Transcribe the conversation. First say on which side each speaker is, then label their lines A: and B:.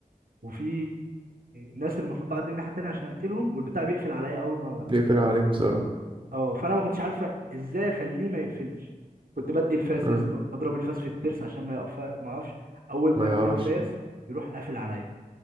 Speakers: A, on the right (about 75°); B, on the right (about 35°).
A: وفي ناس المفروض بعدي الناحيه التانيه عشان اقتلهم والبتاع بيقفل عليا اول ما
B: بيقفل عليك بسرعة
A: اه فانا ما كنتش عارفه ازاي اخليه ما يقفلش كنت بدي الفاس
B: مم.
A: يا اسطى اضرب الفاس في الترس عشان ما يقف ما اقفش اول ما
B: ما
A: اخد
B: يقعش
A: الفاس يروح قافل عليا